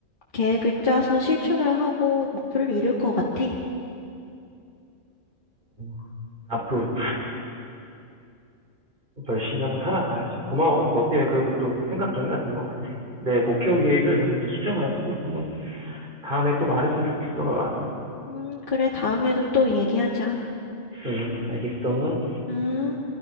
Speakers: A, on the left; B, on the right.
A: 계획을 짜서 실천을 하고 목표를 이룰 것 같아.
B: 어, 앞으로 열심히 한번 살아봐야지. 고마워. 너 때문에 그래도 좀 생각 정리가 된 것 같아. 내 목표 계획을 한번 더 수정하고 한번 다음에 또 말했으면 좋겠어, 너랑.
A: 음, 그래, 다음에도 또 얘기하자.
B: 응, 알겠어.
A: 음.